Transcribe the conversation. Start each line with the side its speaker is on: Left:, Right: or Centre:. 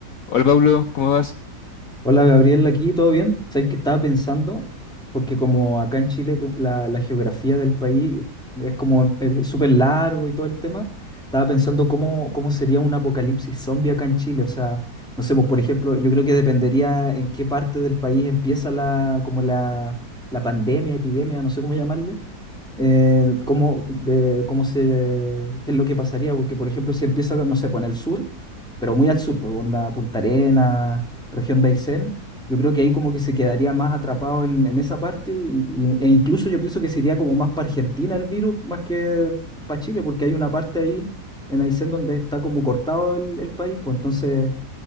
Left: Hola Pablo, ¿cómo vas?
Centre: Hola Gabriel, aquí, ¿todo bien? Sabes que estaba pensando, porque como acá en Chile co- la, la geografía del país es como eh, súper largo y todo el tema, estaba pensando cómo, cómo sería un apocalipsis zombie acá en Chile. O sea, no sé, pues por ejemplo, yo creo que dependería en qué parte del país empieza la, como la, la pandemia, epidemia, no sé cómo llamarle eh, cómo, de, cómo se, qué es lo que pasaría, porque por ejemplo si empieza, no sé, pues en el sur, pero muy al sur, pues onda Punta Arenas, región de Aysén, yo creo que ahí como que se quedaría más atrapado en, en esa parte y- y- e incluso yo pienso que se iría como más para Argentina el virus, más que para Chile, porque hay una parte ahí en Aysén donde está como cortado el, el país, pues entonces...